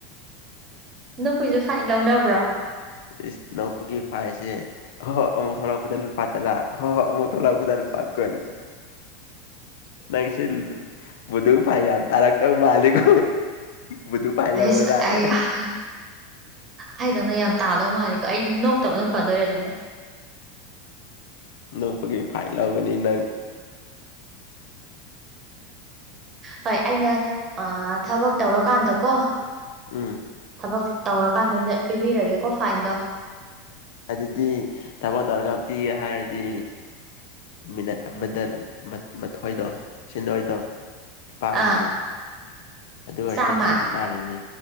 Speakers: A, on the right; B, on the left.
A: ꯅꯣꯛꯄꯩꯖꯨ ꯐꯥꯏꯟ ꯂꯧꯅꯕ꯭ꯔꯣ
B: ꯏꯁ ꯅꯣꯛꯄꯒꯤ ꯐꯥꯏꯟꯁꯦ ꯑꯍꯣꯍꯣ ꯑꯃꯨꯛ ꯊꯣꯛꯂꯛꯄꯗ ꯂꯨꯄꯥ ꯇꯥꯂꯥ ꯍꯣꯍꯣ ꯑꯃꯨꯛ ꯊꯣꯂꯛꯄꯗ ꯂꯨꯄꯥ ꯀꯨꯟ ꯅꯪꯁꯦ ꯕꯨꯗꯨ ꯐꯥꯏꯟ ꯌꯥꯝ ꯇꯥꯔꯛ... ꯇꯧ ꯃꯥꯜꯂꯤꯀꯣ ꯕꯨꯙꯨ ꯐꯥꯏꯟ
A: ꯍꯩꯁ
B: ꯂꯧꯑꯣꯔꯥ
A: ꯑꯩꯌꯥꯍꯥ
B: ꯅꯪ
A: ꯍꯥꯏꯗꯧꯅ ꯌꯥꯝ ꯇꯥꯗꯧ ꯃꯥꯜꯂꯦꯀꯣ ꯑꯩ ꯅꯣꯛꯇꯕꯅ ꯐꯗꯣꯏꯔ ꯑꯗꯨꯗꯤ
B: ꯅꯣꯛꯄꯒꯤ ꯐꯥꯏꯟ ꯂꯧꯒꯅꯤ ꯅꯪ
A: ꯍꯣꯏ ꯑꯩꯅ ꯑꯥꯑ ꯊꯕꯛ ꯇꯧꯔꯀꯥꯟꯗ ꯀꯣ
B: ꯎꯪ
A: ꯊꯕꯛ ꯇꯧꯔꯀꯥꯟꯗ ꯑꯣꯏꯅ ꯄꯤꯕꯤꯔꯒꯦꯀꯣ ꯐꯥꯏꯟꯗꯣ
B: ꯑꯗꯨꯗꯤ ꯊꯕꯛ ꯇꯧꯔꯒ ꯄꯤꯒꯦ ꯍꯥꯏꯔꯗꯤ ꯃꯤꯅꯠ ꯑꯃꯗ ꯃꯠ ꯃꯥꯊꯣꯏꯗꯣ ꯁꯦꯟꯗꯣꯏꯗꯣ ꯂꯨꯄꯥ ꯑꯃꯃꯝ
A: ꯑꯥ
B: ꯑꯗꯨ ꯑꯣꯏꯔꯗꯤ
A: ꯆꯥꯝꯃ
B: ꯀꯌꯥꯃꯨꯛ ꯇꯥꯔꯅꯤ